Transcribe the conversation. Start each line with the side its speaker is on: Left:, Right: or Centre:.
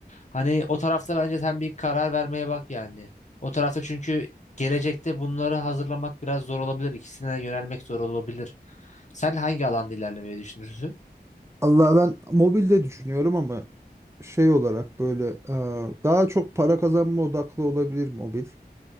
Left: Hani o tarafta bence sen bir karar vermeye bak yani. O tarafta çünkü gelecekte bunları hazırlamak biraz zor olabilir. İkisine yönelmek zor olabilir. Sen hangi alanda ilerlemeyi düşünürsün?
Right: Allah ben mobilde düşünüyorum ama şey olarak böyle e, daha çok para kazanma odaklı olabilir mobil.